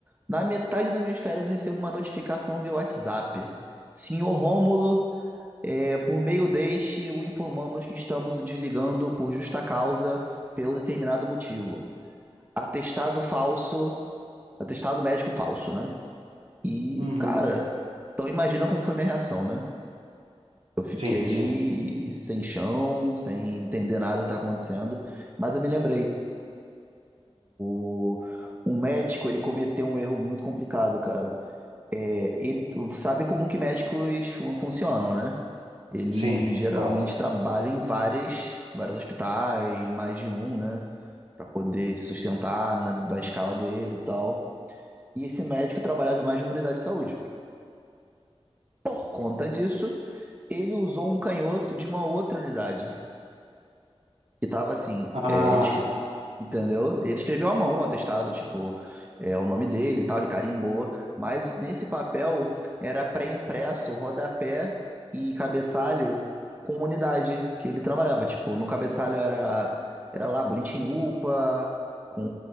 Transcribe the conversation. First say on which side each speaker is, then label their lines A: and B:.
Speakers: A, on the right; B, on the right.
A: Na metade das minhas férias eu recebo uma notificação via WhatsApp. Senhor Rômulo, é, por meio deste o informamos que estamos o desligando por justa causa, pelo determinado motivo. Atestado falso. Atestado médico falso, né? E,
B: Uhum.
A: cara, então imagina como foi minha reação, né? Eu fiquei
B: Sim, sim.
A: sem chão, sem entender nada que tá acontecendo. Mas eu me lembrei, o, um médico, ele cometeu um erro muito complicado, cara. É, ele sabe como que médicos fun- funcionam, né? Ele
B: Sim.
A: geralmente
B: Claro.
A: trabalha em várias, vários hospitais, mais de um, né? Pra poder se sustentar na, da escala dele e tal. E esse médico trabalhava em mais de uma unidade de saúde. Por conta disso, ele usou um canhoto de uma outra unidade. Que tava assim,
B: Ah,
A: é, ele escre- entendeu? Ele escreveu à mão o atestado, tipo, é, o nome dele e tal, ele carimbou. Mas nesse papel era pré-impresso, rodapé e cabeçalho com unidade que ele trabalhava. Tipo, no cabeçalho era, era lá, bonitinho, UPA, com